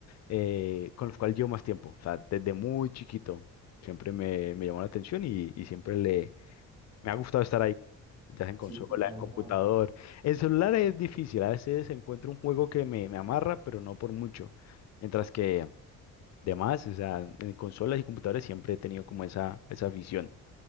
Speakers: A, on the left; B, on the right.
A: eh, con los cuales llevo más tiempo. O sea, desde muy chiquito siempre me, me llamó la atención y, y siempre le, me ha gustado estar ahí, ya sea en
B: sí,
A: consola,
B: sí, tal
A: en computador.
B: cual.
A: En celular es difícil, a veces encuentro un juego que me, me amarra, pero no por mucho. Mientras que demás, o sea, en consolas y computadores siempre he tenido como esa, esa afición.